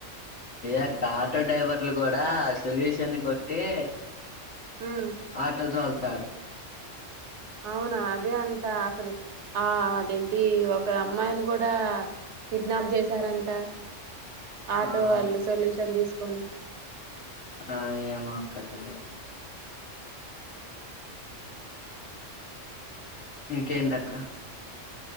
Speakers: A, on the left; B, on the right.
A: ఎక్కా ఆటో డ్రైవర్లు కూడా దా సొల్యూషన్ కొట్టే
B: ఉమ్
A: ఆటో తోల్తారు.
B: అవునా అదే అంట అసలు ఆ అదేంటి ఒక అమ్మాయిని కూడా కిడ్నాప్ చేసారంట ఆటో
A: ఆ
B: వాళ్ళు సొల్యూషన్ తీసుకొని
A: ఆ ఏమోఅక్క తెలేదు. ఇంకేంటఅక్క